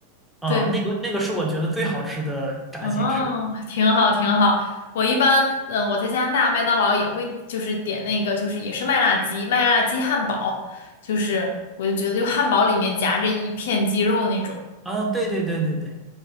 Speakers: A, in the centre; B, on the left.
A: 啊。
B: 对，
A: 那个那个是我觉得最好吃的炸鸡翅
B: 哦，挺好，挺好。我一般，嗯，我在加拿大麦当劳也会就是点那个，就是也是麦辣鸡，麦辣鸡汉堡，就是我就觉得就汉堡里面夹着一片鸡肉那种，
A: 啊，对对对对对，